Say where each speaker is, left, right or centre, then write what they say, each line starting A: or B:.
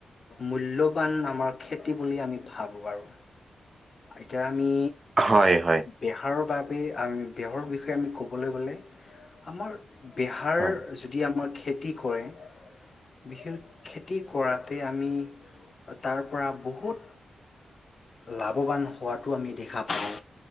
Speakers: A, on the left; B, on the right.
A: মূল্যৱান আমাৰ খেতি বুলি আমি ভাবোঁ আৰু। এতিয়া আমি
B: হয়, হয়।
A: বেহাৰৰ বাবে আমি বেহাৰৰ বিষয়ে আমি ক'বলৈ গ'লে, আমাৰ বেহাৰ
B: হয়,
A: যদি আমাৰ খেতি কৰে, বিশেষ খেতি কৰাতে আমি তাৰ পৰা বহুত লাভ লাভৱান হোৱাটো আমি দেখা পাওঁ।